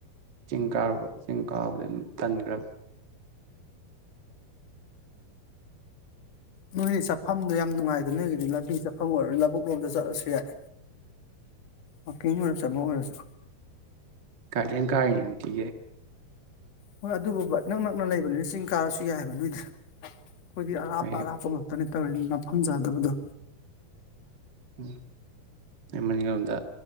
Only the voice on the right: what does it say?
ꯆꯤꯡ ꯀꯥꯨꯔꯕ ꯆꯤꯡ ꯀꯥꯕꯗ ꯑꯗꯨꯝ ꯇꯟꯈ꯭ꯔꯕ
ꯀꯔꯦꯟ ꯀ ꯊꯤ
ꯑꯩꯈꯣꯏ
ꯎꯝ ꯃꯅꯤꯡꯂꯣꯝꯗ